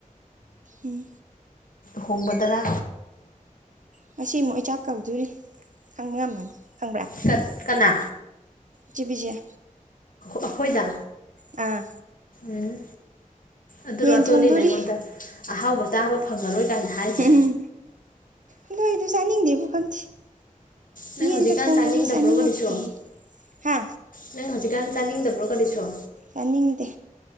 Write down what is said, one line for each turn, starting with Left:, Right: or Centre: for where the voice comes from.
Right: ꯎꯝ
Left: ꯍꯣꯡꯕꯗꯔꯥ
Right: ꯉꯁꯤ ꯑꯃꯨꯛ ꯏ ꯆꯥꯛ ꯀꯧꯗꯣꯔꯤ ꯈꯪꯕ ꯉꯃꯅꯤ ꯈꯪꯕ꯭ꯔꯥ
Left: ꯁꯠ ꯀꯅꯥ
Right: ꯆꯕꯤꯖꯤꯌꯥ
Left: ꯑꯩꯈꯣꯏꯗ
Right: ꯑꯥ
Left: ꯎꯝ ꯑꯗꯨꯔꯣ
Right: ꯌꯦꯟ
Left: ꯑꯆꯣꯂꯤꯅ
Right: ꯊꯣꯡꯗꯣꯔꯤ
Left: ꯑꯩꯉꯣꯟꯗ ꯑꯍꯥꯎꯕ ꯆꯥꯕ ꯐꯪꯉꯔꯣꯏ ꯀꯥꯏꯅ ꯍꯥꯏꯔꯤꯁꯦ
Right: ꯎꯝꯝ ꯎꯝ ꯑꯗꯣ ꯑꯩꯗ ꯆꯥꯅꯤꯡꯗꯦꯕꯨ ꯈꯪꯁꯤꯦ
Left: ꯅꯪ
Right: ꯌꯦꯟꯒ
Left: ꯍꯧꯖꯤꯛꯀꯥꯟ
Right: ꯊꯣꯡꯕꯁꯦ
Left: ꯆꯥꯅꯤꯡꯗꯕ꯭ꯔꯣ
Right: ꯆꯥꯅꯤꯡꯉꯛꯇꯦ
Left: ꯀꯔꯤꯁꯨ
Right: ꯍꯥ
Left: ꯅꯪ ꯍꯧꯖꯤꯛꯀꯥꯟ ꯆꯥꯅꯤꯡꯗꯕ꯭ꯔꯣ ꯀꯔꯤꯁꯨꯣ
Right: ꯌꯥꯅꯤꯡꯗꯦ